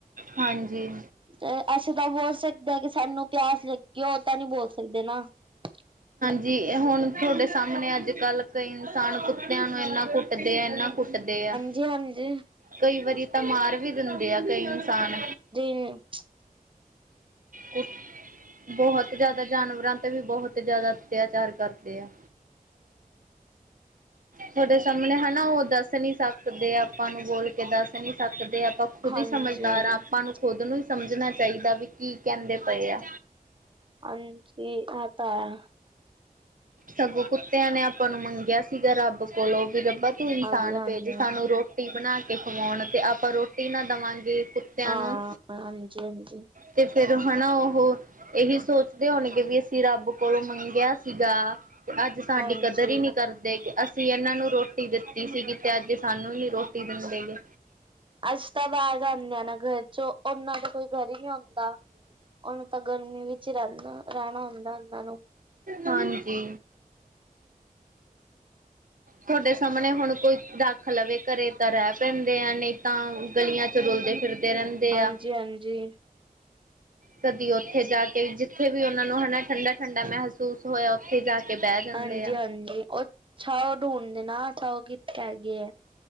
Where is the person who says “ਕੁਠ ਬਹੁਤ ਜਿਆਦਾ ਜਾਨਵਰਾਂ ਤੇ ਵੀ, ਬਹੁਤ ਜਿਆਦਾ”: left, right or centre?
Right